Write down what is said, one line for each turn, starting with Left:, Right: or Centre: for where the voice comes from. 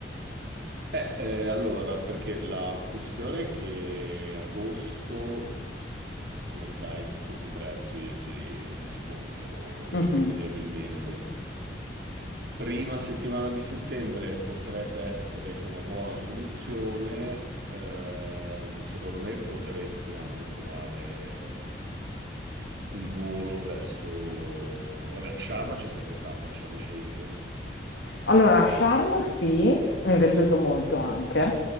Right: Eh, eh, allora, perché la questione è che agosto Come sai, tutti i prezzi si, si gonfiano irrimediabilmente.
Left: Mhm.
Right: Prima settimana di settembre potrebbe essere una buona soluzione. Ehm, secondo me potresti anche trovare un volo verso... Vabbè, Sharma ci sei mai stata, Sharm el Sheikh?
Left: Allora, Charm sì, mi è piaciuto molto anche.